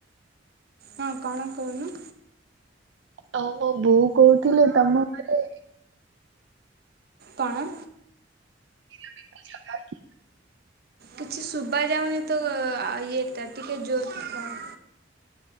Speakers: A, on the right (about 60°); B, on the right (about 75°).
A: ହଁ କଣ କହୁନୁ?
B: ଆଉ ମୋ ବୋଉ କହୁଥିଲେ ତମ ଘରେ
A: କଣ?
B: <unintelligible>
A: କିଛି ଶୁବା ଯାଉନି ତୋ ଇଏଟା ଟିକେ ଜୋର କି କହ।